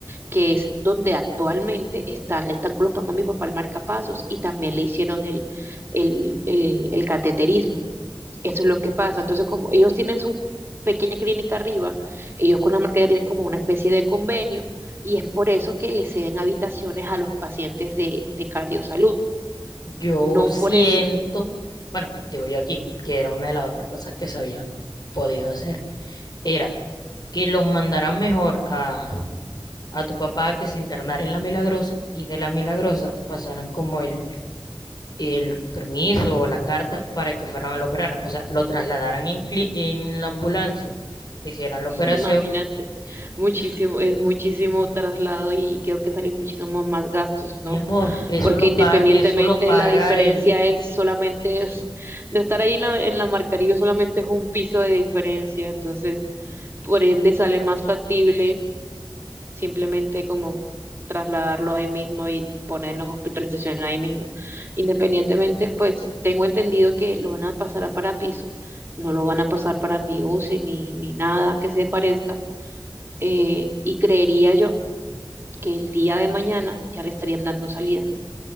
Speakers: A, on the right; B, on the left.
A: que es donde actualmente están, le están colocando a mi papá el marcapasos y también le hicieron el, el, el el cateterismo. Eso es lo que pasa. Entonces, como ellos tienen su pequeña clínica arriba, ellos con la marca ya tienen como una especie de convenio y es por eso que les ceden habitaciones a los pacientes de, de cardiosalud,
B: Yo
A: no
B: siento,
A: por el,
B: bueno, digo yo aquí, que era una de las otras cosas que se había podido hacer. era que los mandaran mejor a, a tu papá a que se internara en la Milagrosa y de la Milagrosa pasaran como el, el permiso o la carta para que fueran a lo operaran. O sea, lo trasladaran en, cli- en la ambulancia, le hicieran la
A: <laughs>
B: operación.
A: imagínate, muchísimo,
B: Pues,
A: es muchísimo traslado y creo que salen muchísimos más gastos,
B: mi
A: ¿no?
B: amor, eso
A: Porque
B: lo
A: independientemente
B: paga, eso lo paga
A: la diferencia
B: el...
A: es solamente, <laughs> es- de estar ahí la- en la Marcaribe solamente es un piso de diferencia, entonces por ende sale más factible simplemente como trasladarlo ahí mismo y ponerlo en hospitalización ahí mismo. Independientemente, pues tengo entendido que lo van a pasar a parapiso, no lo van a pasar para ni UCI ni, ni nada que se parezca, eh, y creería yo que el día de mañana ya le estarían dando salida,